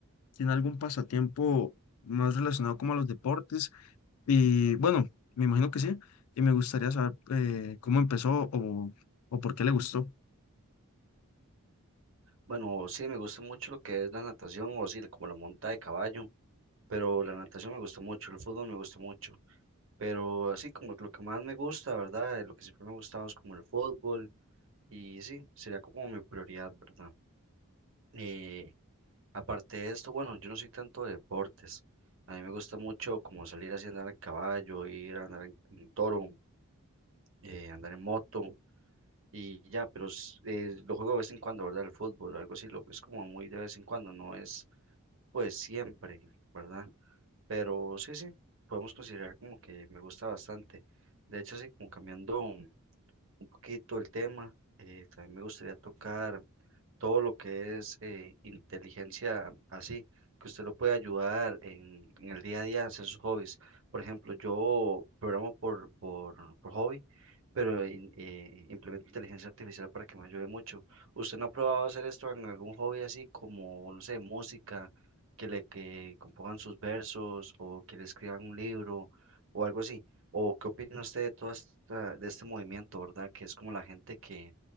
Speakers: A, on the left; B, on the right.
A: tiene algún pasatiempo más relacionado como a los deportes Y bueno, me imagino que sí. Y me gustaría saber eh, cómo empezó o, o por qué le gustó.
B: Bueno, sí, me gusta mucho lo que es la natación o sí, como la monta de caballo. pero la natación me gusta mucho, el fútbol me gusta mucho, pero así como lo que más me gusta, ¿verdad? Eh, Lo que siempre me ha gustado es como el fútbol y sí, sería como mi prioridad, ¿verdad? Eh, aparte de esto, bueno, yo no soy tanto de deportes, a mí me gusta mucho como salir así, andar en caballo, ir a andar en, en toro, eh, andar en moto y ya, pero s- eh, lo juego de vez en cuando, ¿verdad? El fútbol, algo así, lo es como muy de vez en cuando, no es pues siempre, ¿verdad? Pero sí, sí, podemos considerar como que me gusta bastante. De hecho, así como cambiando un poquito el tema. eh, también me gustaría tocar todo lo que es eh, inteligencia así, que usted lo puede ayudar en, en el día a día a hacer sus hobbies. Por ejemplo, yo programo por, por, por hobby, pero in- eh, implemento inteligencia artificial para que me ayude mucho. ¿Usted no ha probado hacer esto en algún hobby así como, no sé, música, que le que compongan sus versos o que le escriban un libro o algo así? ¿O qué opina usted de todo esta, de este movimiento, verdad? Que es como la gente que